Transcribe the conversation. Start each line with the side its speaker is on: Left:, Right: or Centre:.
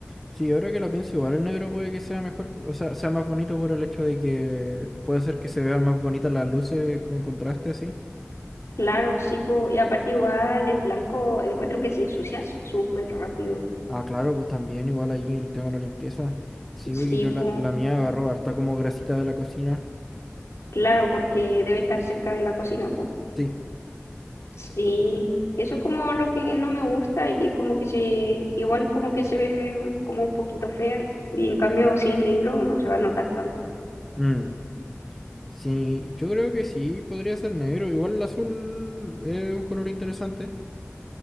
Centre: Sí, ahora que lo pienso, igual el negro puede que sea mejor, o sea, sea más bonito por el hecho de que puede ser que se vean más bonitas las luces con contraste así.
Left: Claro, sí, po, y aparte igual el blanco encuentro que se ensucia súper rápido.
Centre: Ah, claro, pues también igual ahí el tema de la limpieza. Sí,
Left: Sí,
Centre: porque yo
Left: po,
Centre: la, la mía agarró harta como grasita de la cocina.
Left: claro, porque debe estar cerca de la cocina, po.
Centre: Sí.
Left: Sí, eso es como lo que no me gusta y como que se, igual como que se ve como un poquito fea y en cambio si es negro no se va a notar tanto.
Centre: Mm, Sí, yo creo que sí, podría ser negro. Igual el azul es un color interesante.